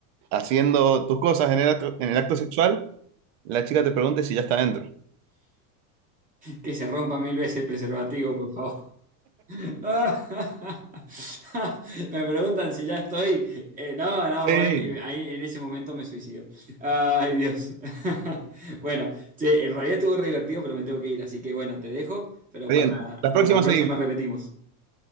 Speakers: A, on the right; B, on the right.
A: haciendo tus cosas en el acto, en el acto sexual, La chica te pregunte si ya está dentro.
B: Que se rompa mil veces el preservativo, por favor. Ah, <laughs> Me preguntan si ya estoy. eh, no, no,
A: Sí.
B: voy. eh, ahí en ese momento me suicido. Ay, Dios. <laughs> Bueno, che, en realidad estuvo re divertido, pero me tengo que ir. Así que bueno, te dejo. Pero
A: Bien,
B: para,
A: las
B: para
A: próximas
B: la próxima
A: seguimos.
B: repetimos.